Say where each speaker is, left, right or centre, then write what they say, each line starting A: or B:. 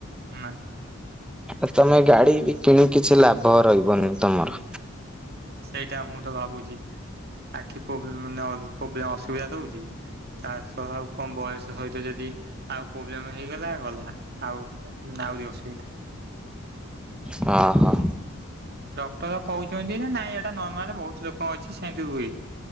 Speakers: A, on the right; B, in the centre.
A: ନାଇଁ
B: ଆଉ ତମେ ଗାଡି ବି କିଣି କିଛି ଲାଭ ରହିବନି ତମର।
A: ହଁ ସେଇଟା ମୁଁ ତ ଭାବୁଚି ଆଖି ପ୍ରୋବ୍ଲେ <unintelligible> ଅସୁବିଧା ହଉଚି। ତା ସହ ଆଉ କଣ ବୟସ ସହିତ ଯଦି ଆଉ ପ୍ରୋବ୍ଲେମ ହେଇଗଲା ଗଲା। ଆଉ। Now you sit.
B: ହଁ ହଁ।
A: ଡକ୍ଟର କଉଚନ୍ତି ନା ନାଇଁ ଏଇଟା ନର୍ମାଲ ବହୁତୁ ଲୋକ ଅଛି ସେମିତି ହୁଏ।